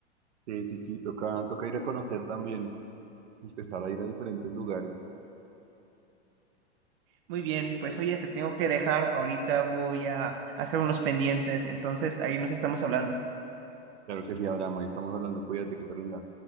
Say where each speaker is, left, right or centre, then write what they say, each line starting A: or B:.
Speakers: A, on the right; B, on the right.
A: Sí, sí, sí, toca, toca ir a conocer también y empezar a ir a diferentes lugares.
B: Muy bien, pues oye, te tengo que dejar, ahorita voy a hacer unos pendientes, entonces ahí nos estamos hablando.
A: Claro que sí, Abraham, ahí estamos hablando, cuídate que te rinda.